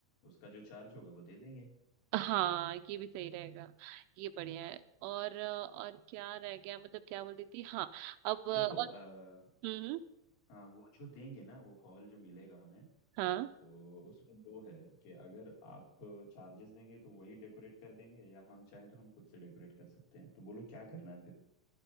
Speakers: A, on the left (about 85°); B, on the right (about 80°).
A: उसका जो चार्ज होगा वो दे देंगे
B: हाँ ये भी सही रहेगा ये बढ़िया है और अ, और क्या रह गया मतलब क्या बोल रही थी हाँ अब अ,
A: देखो
B: और
A: आ,
B: हम्म
A: हाँ वो जो देंगे ना वो हॉल जो मिलेगा हमें
B: हाँ
A: तो उसमें दो है कि अगर आप चार्जेस देंगे तो वही डेकोरेट कर देंगे या हम चाहें तो हम खुद से डेकोरेट कर सकते हैं तो बोलो क्या करना है फिर